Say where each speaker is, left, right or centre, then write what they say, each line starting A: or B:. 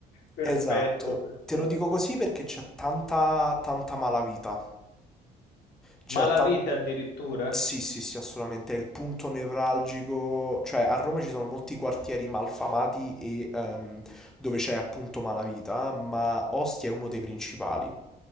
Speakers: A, on the left; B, in the centre.
A: perfetto,
B: Esatto,
A: perfetto.
B: te lo dico così perché c'è tanta, tanta malavita. C'è
A: Ma la
B: tan-
A: vita addirittura?
B: Sì, sì, sì, assolutamente, è il punto nevralgico, cioè a Roma ci sono molti quartieri malfamati e ehm, dove c'è appunto malavita, ma Ostia è uno dei principali.